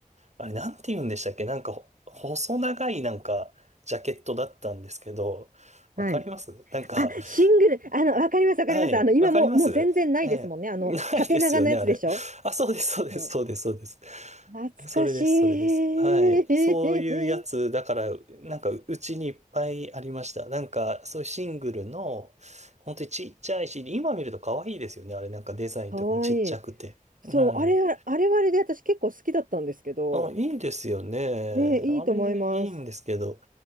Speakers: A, on the right; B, on the right.
A: あれ、なんて言うんでしたっけなんか、ほ細長いなんか、ジャケットだったんですけど、わかりますなんか、
B: はい。あ、
A: <laughs>
B: シングル。あの、わかります、わかります。
A: はい、
B: あの、今もう、
A: わかりますええ、
B: もう全然ないですもんね。あの、
A: <laughs> ないですよね、
B: 縦長のやつでしょ
A: あれ。<laughs> あ、そうです、そうです、
B: そう
A: そうです、そうです。<laughs>
B: 懐かしい。
A: それです、それです。はい。
B: <laughs>
A: そういうやつ、だから、なんか、うちにいっぱいありました。なんか、そういうシングルの、本当にちっちゃいし、今見ると可愛いですよね。あれ、なんかデザインとかもちっちゃくて。
B: かわいい。
A: はい。
B: そう、あれは、あれはあれで私結構好きだったんですけど、
A: あ、いいですよね。
B: ね、
A: あれ、
B: いいと思います。
A: いいんですけど。